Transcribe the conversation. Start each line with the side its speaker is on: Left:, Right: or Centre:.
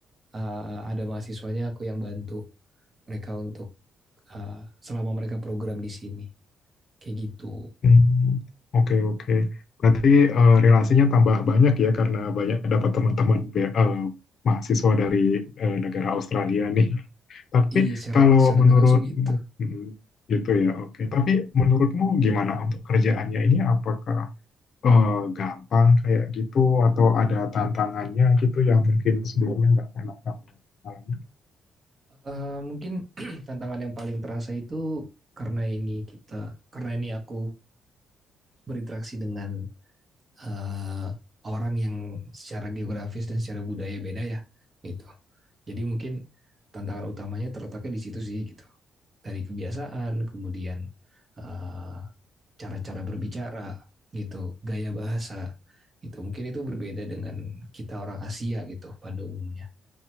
Right: uh, ada mahasiswanya aku yang bantu mereka untuk uh, selama mereka program di sini, kayak gitu.
Left: Hmm, Oke, oke. Berarti eh, relasinya tambah banyak ya, karena banyak dapat teman-teman be- eh, mahasiswa dari eh, negara Australia nih. Tapi
Right: Iya, secara
Left: kalau
Right: secara
Left: menurut
Right: nggak langsung gitu.
Left: hmm, gitu ya, oke. Tapi menurutmu gimana untuk kerjaannya ini? Apakah eh, gampang kayak gitu atau ada tantangannya gitu yang mungkin sebelumnya nggak pernah kamu alami?
Right: Uh, mungkin <clears throat> tantangan yang paling terasa itu karena ini kita, karena ini aku berinteraksi dengan eh, orang yang secara geografis dan secara budaya beda ya gitu. Jadi mungkin tantangan utamanya terletaknya di situ sih gitu. Dari kebiasaan, kemudian eh, cara-cara berbicara gitu, gaya bahasa gitu. Mungkin itu berbeda dengan kita orang Asia gitu pada umumnya